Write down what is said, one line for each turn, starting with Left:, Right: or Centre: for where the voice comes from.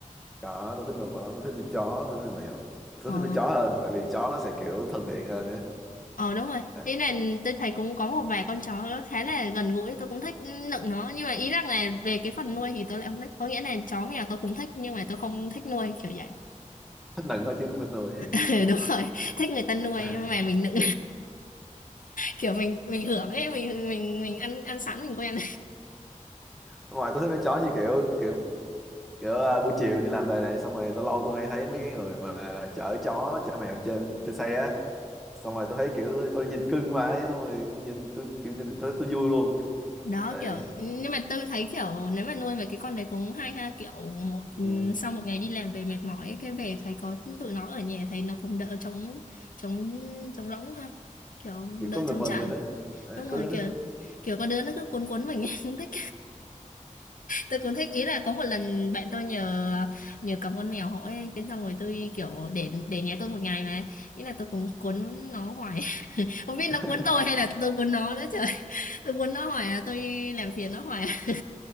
Centre: có tôi thích nuôi vật lắm, tôi thích nuôi chó tôi thích nuôi mèo tôi
Left: ờ
Centre: thích nuôi chó hơn tại vì chó nó sẽ kiểu thân thiện hơn
Left: ờ đúng rồi
Centre: á
Left: ý là tôi thấy cũng có một vài con chó khá là gần gũi tôi cũng thích nựng nó nhưng mà ý rằng là về cái phần nuôi thì tôi lại không thích có nghĩa là chó mèo tôi cũng thích nhưng mà tôi không thích nuôi kiểu vậy
Centre: thích nựng thôi chứ không thích nuôi
Left: <laughs> Ừ, đúng rồi thích người ta nuôi
Centre: <laughs>
Left: mà mình nựng kiểu mình mình hưởng ấy mình mình mình ăn ăn sẵn mình quen
Centre: ngoài tôi thích nuôi chó như kiểu kiểu kiểu à, buổi chiều đi làm về này xong rồi lâu lâu tôi hay thấy mấy cái người mà chở chó chở mèo trên trên xe á xong rồi tôi thấy kiểu ôi nhìn cưng quá ấy xong rồi nhìn tôi kiểu nhìn tôi tôi vui luôn
Left: đó
Centre: đấy
Left: kiểu nhưng mà tôi thấy kiểu nếu mà nuôi mấy cái con đấy cũng hay ha kiểu một ừ,
Centre: ừ,
Left: sau một ngày đi làm về mệt mỏi ấy, cái về thấy có tụi nó ở nhà thấy nó cũng đỡ trống trống trống rỗng ha kiểu
Centre: kiểu
Left: đỡ
Centre: có người
Left: trống
Centre: mừng
Left: trải
Centre: mình đấy, đấy
Left: đúng
Centre: có
Left: rồi
Centre: đứa
Left: kiểu kiểu có đứa nó cứ cuốn cuốn mình ấy, <laughs> cũng thích tôi cũng thích ý là có một lần bạn tôi nhờ nhờ cầm con mèo hỏi cái xong rồi tôi kiểu để để nhà tôi một ngày mà ý là tôi cũng cuốn nó hoài không biết
Centre: <laughs>
Left: nó cuốn tôi hay là tôi cuốn nó nữa trời <laughs> tôi cuốn nó hoài à tôi làm phiền nó hoài à.